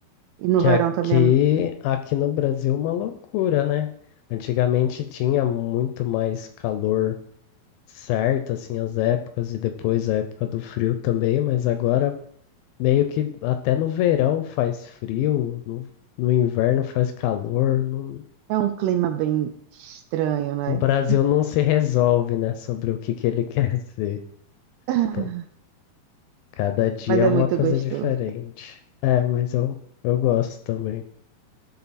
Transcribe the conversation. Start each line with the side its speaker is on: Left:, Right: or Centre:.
Right: E no
Left: Que
Right: verão
Left: aqui,
Right: também é muito quente.
Left: aqui no Brasil, é uma loucura, né? Antigamente tinha muito mais calor certo, assim, as épocas, e depois a época do frio também, mas agora Meio que até no verão faz frio, no, no inverno faz calor. não-
Right: É um clima bem estranho, né?
Left: o Brasil
Right: <laughs>
Left: não se resolve, né, sobre o que que ele <laughs> quer ser.
Right: Ah,
Left: Então, cada dia
Right: Mas
Left: é
Right: é
Left: uma
Right: muito
Left: coisa
Right: gostoso.
Left: diferente. É, mas eu, eu gosto também.